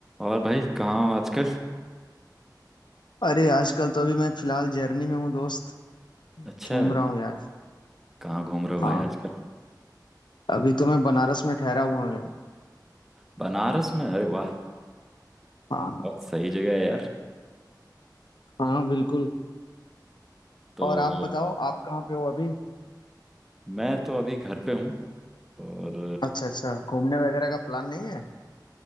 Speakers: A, in the centre; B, on the left.
A: और भाई कहाँ हो आजकल
B: अरे आजकल तो अभी मैं फिलहाल जर्नी में हूँ दोस्त
A: अच्छा
B: घूम रहा हूँ यार
A: कहाँ घूम रहे हो
B: हाँ
A: भाई आजकल
B: अभी तो मैं बनारस में ठहरा हुआ हूँ यार
A: बनारस में अरे वाह
B: हाँ
A: बहुत सही जगह है यार
B: हाँ बिल्कुल
A: तो
B: और आप बताओ आप कहाँ पे हो अभी
A: मैं तो अभी घर पे हूँ और
B: अच्छा अच्छा घूमने वगैरह का प्लान नहीं है